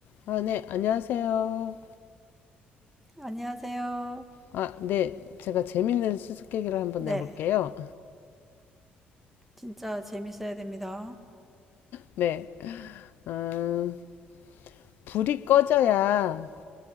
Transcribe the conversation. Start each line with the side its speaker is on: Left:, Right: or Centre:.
Left: 아, 네, 안녕하세요.
Centre: 안녕하세요.
Left: 아, 네, 제가 재밌는 수수께끼를 한번
Centre: 네,
Left: 내볼게요.
Centre: 진짜 재밌어야 됩니다.
Left: 네, 음, 불이 꺼져야